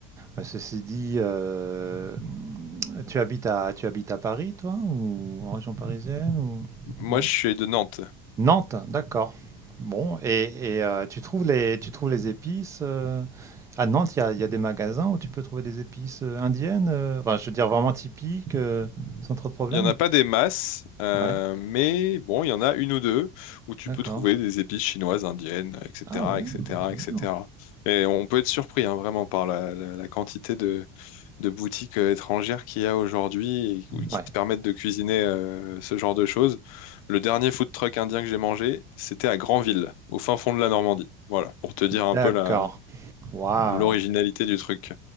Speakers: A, on the right; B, on the left.
A: Ouais, Ceci dit, euh, tu habites à, tu habites à Paris, toi, ou en région parisienne, ou
B: Moi,
A: non?
B: je suis de Nantes.
A: Nantes, d'accord. Bon, et, et, euh, tu trouves les, tu trouves les épices euh, à Nantes. Il y a, il y a des magasins où tu peux trouver des épices euh, indiennes. euh, enfin, je veux dire vraiment typiques, euh, sans trop de problèmes.
B: Il n'y en a pas des masses, euh,
A: Ouais,
B: mais bon, il y en a une ou deux où tu
A: d'accord.
B: peux trouver des épices chinoises, indiennes, etc.,
A: Ah ouais,
B: etc.,
A: bah, très
B: etc.
A: bien.
B: Et cetera. Et on peut être surpris, hein, vraiment, par la, la- la quantité de, de boutiques euh, étrangères qu'il y a aujourd'hui et qui qui
A: Ouais,
B: te permettent de cuisiner euh, ce genre de choses. Le dernier food truck indien que j'ai mangé, c'était à Granville, au fin fond de la Normandie. Voilà, pour te dire un
A: d'accord.
B: peu la,
A: Waouh,
B: l'originalité du truc.